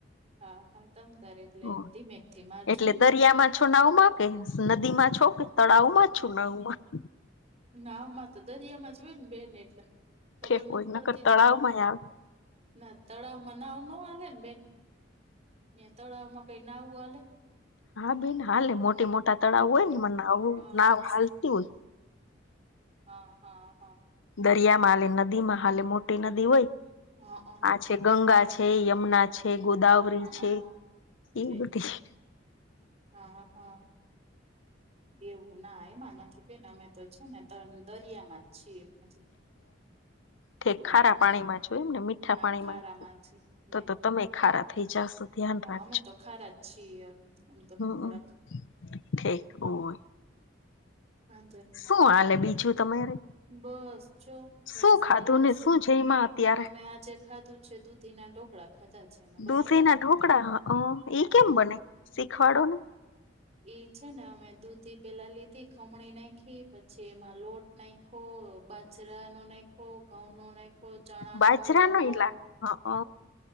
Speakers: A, on the right; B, on the left.
A: હા હા તમ તારે એટલે
B: હ
A: ધીમેક થી મારજો
B: એટલે
A: ને.
B: દરિયામાં છો નાવમાં કે નદીમાં છો કે તળાવમાં છું
A: હા
B: નાવમાં કે
A: નાવમાં તો દરિયામાં જ હોય ને બેન એટલે. ખબર
B: ઠેક
A: નથી
B: હોય
A: પડતી
B: નકર તળાવમાં
A: તમને
B: આવે
A: ના તળાવમાં નાવ ન હાલે ને બેન ને તળાવમાં કઈ નાવું હાલે.
B: હા બેન હાલે મોટી મોટા તળાવ હોય ને એમાં
A: હા
B: નાવ હાલતી હોય.
A: હા હા હા.
B: દરિયામાં હાલે, નદીમાં હાલે, મોટી નદી હોય.
A: હા
B: આ છે, ગંગા છે, યમુના છે, ગોદાવરી
A: હા
B: છે,
A: હા
B: એ
A: છે
B: બધી
A: હા હા એવું ના એમાં નથી. ને અમે તો છે ને, તો દરિયામાં જ છીએ હજી.
B: તે
A: ના
B: ખારા
A: હા
B: પાણીમાં જોય ને મીઠા
A: હા
B: પાણીમાં
A: ખારામાં
B: નથી
A: છે નહી
B: તો તમે ખારા થઈ જાશો. ધ્યાન
A: હા
B: રાખજો
A: અમે તો ખારા જ છીએ એમ તો
B: હમ
A: થોડાક
B: ઠીક ઓય
A: વાંધો
B: શું હાલે. બીજું તમારે
A: બસ જો જલસા
B: શું ખાધું
A: હાલે
B: ને
A: સુું
B: શું
A: તો
B: જઈમાં અત્યારે
A: અમે આજે ખાધું છે દૂધીના ઢોકળા ખાધા છે અમે બનાવવા
B: દૂધી ના ઢોકળા
A: ને હહા
B: ઈ કેમ બને શીખવાડો ને
A: ઈ છે ને અમે દૂધી પેલા લીધી ખમણી નાખી પછી લોટ નાખો, બાજરાનો નાખો, ઘઉંનો નાખો, ચણાનો,
B: બાજરા
A: રવો
B: ન <inaudible>